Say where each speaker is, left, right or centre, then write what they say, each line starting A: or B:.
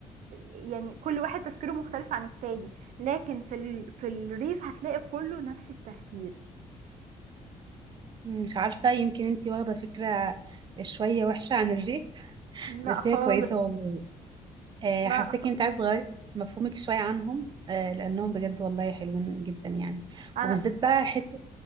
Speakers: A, on the right; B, on the right.
A: يعني كل واحد تفكيره مختلف عن التاني لكن في ال... في الريف هتلاقي كله نفس التفكير
B: مم، مش عارفة يمكن انتي واخدة فكرة شوية وحشة عن الريف
A: لا
B: بس
A: خالص
B: هي كويسة والله آه
A: لا
B: حاساكي
A: خ-
B: انت عايز تغيري مفهومك شوية عنهم آه لانهم بجد والله حلوين جدا يعني
A: انا
B: وبالذات بقى حتة